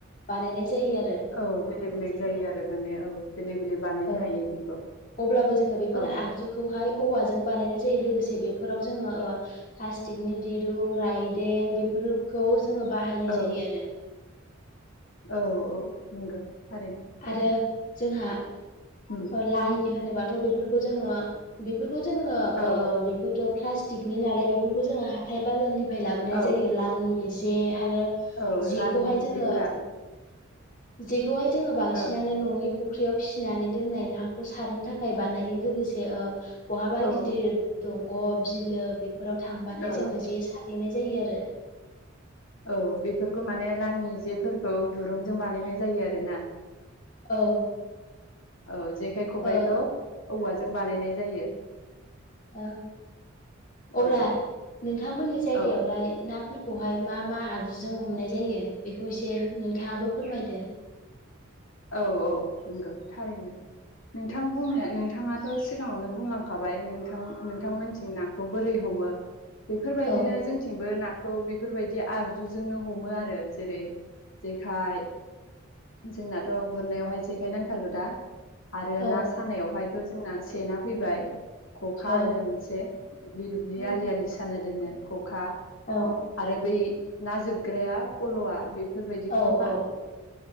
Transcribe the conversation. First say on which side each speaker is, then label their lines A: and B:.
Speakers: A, on the left; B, on the left.
A: बानायनाय जायो आरो
B: औ बेलेग बेलेग जायो आरो माने औ बेलेग बेलेग बानायनो
A: औ
B: हायो बेखौ।
A: अब्लाबो जोङो बेफोर
B: औ
A: आगजुखौहाय औवाजों बानायनाय जायो लोगोसे बेफोराव जों प्लास्थिकनि दुरूं राज्यों बेफोरखौ जों बाहायनाय
B: औ
A: जायो आरो।
B: औ औ। नंगौ। थारैनो।
A: आरो जोंहा
B: उम
A: लाङि होनोबा थ' बेफोरखौ जोङो बेफोरखौ जोङो
B: औ
A: बे प्लास्टिकनि नालाय बेफोरखौ जों ह हाइ बाजारनिफ्राय लाबोनाय
B: औ
A: जायो लाङि जे आरो
B: औ
A: जेखौहाय
B: लाङि
A: जोङो
B: जिफ्रा
A: जे बेखौहाय जोङो बांसिनानो
B: औ
A: न'नि फुख्रियाव फिसिनानै दोननाय नाखौ सारनो थाखाय बानायो लोगोसे ओ बहाबा
B: औ
A: गिदिर गब बिलो बे बेफोराव थांबाथाय
B: औ
A: जोङो जे सार देनाय जायो आरो।
B: औ बेफोरखौ माने लाङि जेफोरखौ दुरुंजों बानायनाय जायो आरोना।
A: औ।
B: औ जे बेे खबायखौ
A: औ
B: औवाजों बानायनाय जायो।
A: ओ अब्ला
B: औ
A: नोंथांमोननि जायगायावलाय
B: औ
A: नाफोर खौहाय मा मा आगजुजों हमनाय जायो बेखौ एसे नोंथाङाबो फोरमायदो।
B: औ औ नंगौ थारैनो नोंथां बुं नोंथाङाथ' सिगाङावनो बुंलां खाबाय नोंथां नोंथांमोन थिं नाखौ बोरै हमो? बेफोरबायदिनो
A: औ
B: जोंथिंबो ना खौ बेफोरबायदि आगजुजोंनो हमो आरो जेरै जेखाइ जोंना थ' गुरनायावहाय जेखाय नांथारगौ दा। आरो
A: औ
B: ना सानायावहाय थ' जोंना सेना फैबाय। खखा
A: औ
B: होनो मोनसे दुब्लि दुब्लि
A: औ
B: आलि आलि साना दोननाय खखा
A: औ
B: आरो बै ना जोबग्राया फल'आ बे फोरबायदिखौबो
A: औ औ